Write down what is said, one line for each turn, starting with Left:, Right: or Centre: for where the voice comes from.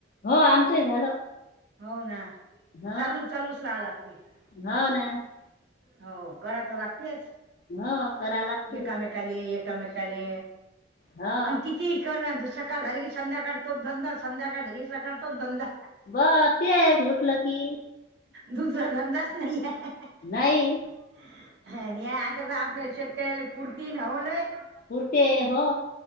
Left: हो आमचंही झालं.
Right: हो ना.
Left: ह
Right: चालू चालूच राहा लागते.
Left: <unintelligible>
Right: हो. करा तर लागतेच.
Left: हो करा लागते
Right: एकामेकाले एकामेकाले
Left: हा
Right: आणि किती ही कर नाहीतर सकाळ झाली की संध्याकाळ तोच धंदा संध्याकाळ झाली क सकाळ तोच धंदा.
Left: बस तेच उठलं की.
Right: दुसरा धंदा च नाही आहे.
Left: नाही
Right: <unintelligible> आपल्या शेतकऱ्याला फुर्ती <unintelligible>
Left: फूर्ती आहे हो.